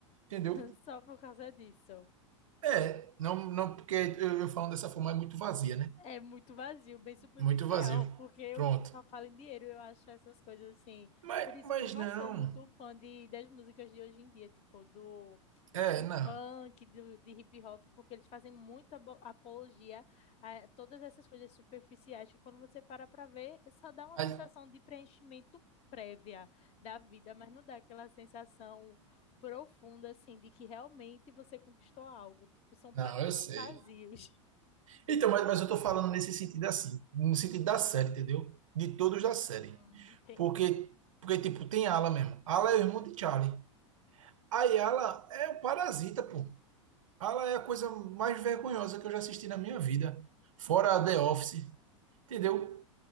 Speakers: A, on the right; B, on the left.
A: entendeu?
B: <laughs> só por causa disso.
A: É, não, não porque eu, eu falando dessa forma é muito vazia, né?
B: É muito vazio, bem superficial,
A: Muito vazio.
B: porque eu
A: Pronto.
B: só falo em dinheiro, eu acho essas coisas assim.
A: Mas,
B: Por isso
A: mas
B: que eu não
A: não.
B: sou muito fã de, das músicas de hoje em dia, tipo do,
A: É,
B: do
A: não.
B: funk, do, de hip hop, porque eles fazem muita abo- apologia a todas essas coisas superficiais que quando você para pra ver, só dá uma
A: Mas,
B: sensação de preenchimento prévia da vida, mas não dá aquela sensação profunda, assim, de que realmente você conquistou algo. Tipo, são
A: não,
B: prazeres
A: eu sei.
B: vazios.
A: Então, mas, mas eu tô falando nesse sentido assim, no sentido da série, entendeu? De todos da série.
B: Hum, entendi.
A: Porque, porque tipo, tem Ala mesmo. Ala é o irmão de Charlie. Aí Ala é o parasita, pô. Ala é a coisa mais vergonhosa que eu já assisti na minha vida. Fora The Office, entendeu?